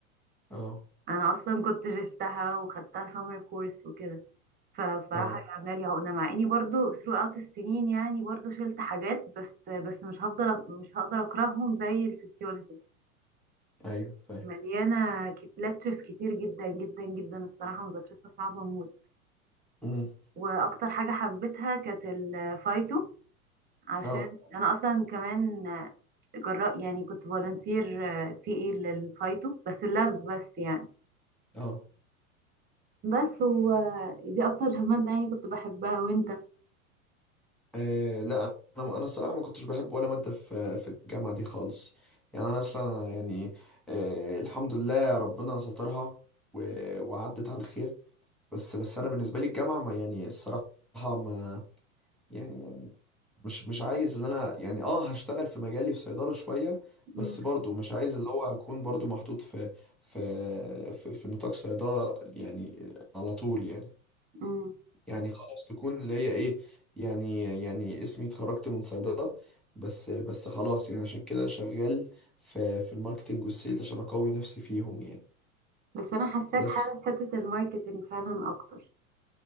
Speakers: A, in the centre; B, on the right.
A: اه
B: أنا أصلا كنت جبتها وخدتها سمر كورس وكده فبصراحة
A: اه
B: هي عاملة لي عقدة مع اني برضو throughout السنين يعني برضو شلت حاجات بس بس مش هفضل مش هقدر اكرههم زي الفسيولوجي
A: ايوه فاهم
B: مليانة لكتشرز كتير جدا جدا جدا الصراحة مذاكرتها صعبة موت
A: امم
B: واكتر حاجة حبيتها كانت الفايتو عشان
A: اه
B: انا اصلا كمان جراء يعني كنت فولنتير تي اي للفايتو بس اللابس بس يعني
A: اه
B: بس ودي اكتر مادة يعني كنت بحبها وانت
A: آه، لا انا انا الصراحه ما كنتش بحب ولا ماده في في الجامعه دي خالص يعني انا اصلا يعني آه الحمد لله ربنا سترها و... وعدت على خير بس بس انا بالنسبه لي الجامعه ما يعني الصراحه ما يعني يعني مش مش عايز ان انا يعني اه هشتغل في مجالي في صيدلة شوية
B: مم.
A: بس برضو مش عايز اللي هو اكون برضو محطوط في في في, في نطاق صيدلة يعني على طول يعني
B: مم.
A: يعني خلاص تكون اللي هي ايه يعني يعني اسمي اتخرجت من صيدلة بس بس خلاص يعني عشان كده شغال في في الماركتينج والسيلز عشان اقوي نفسي فيهم يعني
B: بس انا حاساك
A: بس
B: حاسس حته الماركتينج فعلا اكتر